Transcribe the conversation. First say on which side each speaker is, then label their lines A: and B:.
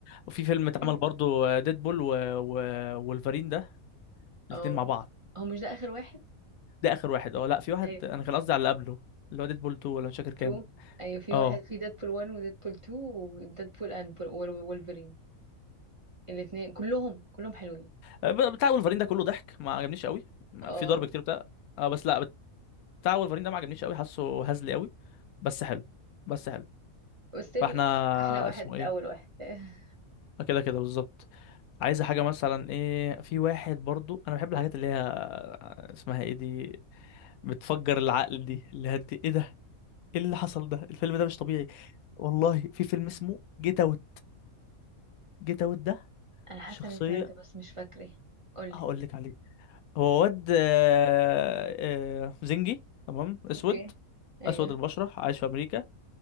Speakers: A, on the left; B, on the right.
A: وفي فيلم اتعمل
B: أيوة
A: برضو ديدبول و... و... وولفرين ده الاتنين
B: أو
A: مع بعض
B: هو مش ده آخر واحد
A: ده اخر واحد اه لا في واحد
B: أيوة
A: انا كان قصدي على اللي قبله اللي هو ديدبول 2 ولا مش فاكر كام
B: تو أيوة في
A: اه
B: واحد في ديدبول 1 وديدبول 2 وديدبول أند وولفرين الاتنين كلهم كلهم حلوين
A: ب- بتاع ولفرين ده كله ضحك ما عجبنيش قوي ما-
B: اه
A: في ضرب كتير بتاع اه بس لا بتاع ولفرين ده ما عجبنيش قوي حاسه هزلي قوي بس حلو بس حلو
B: بس ال-
A: فاحنا
B: أحلى واحد
A: اسمه ايه
B: أول واحد <laughs>
A: آه كده كده بالظبط عايزه حاجه مثلا ايه في واحد برضو انا بحب الحاجات اللي هي اسمها ايه دي بتفجر العقل دي اللي هي دي- ايه ده ايه اللي حصل ده الفيلم ده مش طبيعي والله في فيلم اسمه جيت اوت جيت اوت ده
B: أنا حاسة
A: شخصيه
B: إني سمعته بس مش فاكرة قولي
A: هقول لك عليه هو واد آه، آه، زنجي تمام اسود
B: اوكي أيوة
A: اسود البشره عايش في امريكا